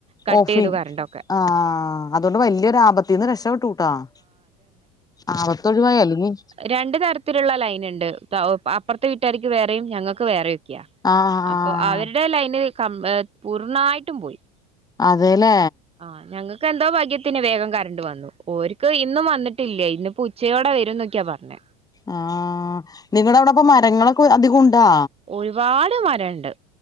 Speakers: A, on the right (about 30°); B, on the left (about 15°).
A: കട്ട്
B: ഓഫിൻ
A: ചെയ്തു കറണ്ടൊക്കെ
B: ആഹ് അതോണ്ട് വല്ല്യൊരാപത്തീന്ന് രക്ഷപ്പെട്ടു ആഹ് ആപത്തൊഴിവായി അല്ലങ്കി
A: രണ്ടു തരത്തില്ള്ള ലൈന്ണ്ട് അപ്പർത്തെ വീട്ടാർക്ക് വേറിം ഞങ്ങക്ക് വേറിം
B: ആഹ്
A: അപ്പൊ
B: ആഹ്
A: അവരുടെ ലൈന് കം ഏ പൂർണ്ണായിട്ടും പോയി
B: അതേലേ
A: ആഹ് ഞങ്ങക്കെന്തോ ഭാഗ്യത്തിന് വേഗം കറണ്ട് വന്നു ഓര്ക്ക് ഇന്നും വന്നിട്ടില്ല ഇന്ന്പ്പോ ഉച്ചയോടെ വരുംന്നൊക്കെയാ പറഞ്ഞെ
B: ആഹ് നിങ്ങളവടെപ്പം മരങ്ങളൊക്കെ അധികുണ്ടാ
A: ഒരുപാട് മരംണ്ട്